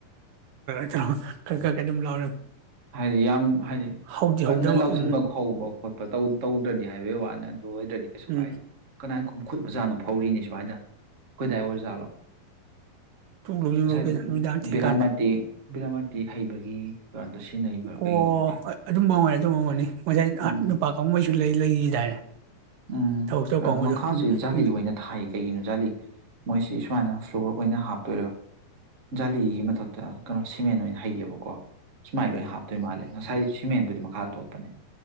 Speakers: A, on the right (about 75°); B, on the right (about 35°).
A: <unintelligible> ꯈꯔ
B: ꯎꯝ
A: ꯈꯔ ꯑꯗꯨꯝ ꯂꯥꯎꯔꯝꯃꯤ
B: ꯍꯥꯏꯗꯤ ꯌꯥꯝ ꯍꯥꯏꯗꯤ
A: ꯍꯧꯗꯤ
B: ꯀꯟꯅ
A: ꯍꯧꯗꯕ
B: ꯂꯥꯎꯁꯤꯟꯕ
A: ꯎꯝ
B: ꯍꯧꯕ ꯈꯣꯠꯄ ꯇꯧ ꯇꯧꯗ꯭ꯔꯗꯤ ꯍꯥꯏꯕꯩ ꯋꯥꯅꯦꯗꯤ ꯑꯗꯨ ꯑꯣꯏꯗ꯭ꯔꯗꯤ ꯀꯩꯁꯨ
A: ꯎꯝ
B: ꯀꯥꯏꯗꯦ ꯀꯅꯥꯏ ꯈꯨꯠ ꯃꯣꯖꯥꯅꯣ ꯐꯧꯔꯤꯅꯤ ꯁ꯭ꯋꯥꯏꯗ ꯀꯣꯏꯗꯥꯏ ꯑꯣꯏꯔꯖꯥꯠꯂꯣ
A: ꯊꯣꯛ ꯂꯧꯁꯤꯟꯈꯣ
B: ꯑꯁꯦ
A: ꯀꯩꯅꯣ ꯅꯨꯃꯤꯗꯥꯡ ꯊꯦꯡꯀꯥꯟꯗ
B: ꯕꯤꯂꯥꯃꯇꯤ <unintelligible> ꯤ ꯍꯩꯕꯒꯤ ꯁꯤꯖꯤꯟꯅꯔꯤꯕ꯭ꯔꯥ
A: ꯑꯣ
B: ꯀꯩꯒꯤꯅꯣꯗꯤ
A: ꯑꯗꯨꯝ <unintelligible> ꯉꯁꯥꯏ
B: ꯎꯝ
A: ꯅꯨꯄꯥ ꯀꯥꯡꯕꯩꯁꯨ ꯂꯩ ꯂꯩꯈꯤꯗꯥꯏꯅꯦ
B: ꯎꯝ
A: ꯊꯕꯛ ꯇꯧ ꯀꯥꯡꯕꯨꯗꯣ
B: ꯑꯗꯨ ꯃꯈꯥꯁꯤ
A: ꯎꯝ
B: ꯖꯥꯂꯤ ꯑꯣꯏꯅ ꯊꯥꯏ ꯀꯩꯒꯤꯅꯣ ꯖꯥꯂꯤ ꯃꯣꯏꯁꯤ ꯁꯨꯃꯥꯏꯅ ꯇꯧꯔꯒ ꯑꯣꯏꯅ ꯍꯥꯞꯇꯣꯏꯔꯣ ꯖꯥꯂꯤꯒꯤ ꯃꯊꯛꯇ ꯀꯩꯅꯣ ꯁꯤꯃꯦꯟ ꯑꯣꯏꯅ ꯍꯩꯌꯦꯕ ꯁꯨꯃꯥꯏꯅ ꯂꯣꯏꯅ ꯍꯥꯞꯇꯣꯏ ꯃꯥꯜꯂꯦ ꯉꯁꯥꯏ ꯁꯤꯃꯦꯟꯗꯨꯗꯤ ꯃꯈꯥ ꯇꯣꯠꯄꯅꯦ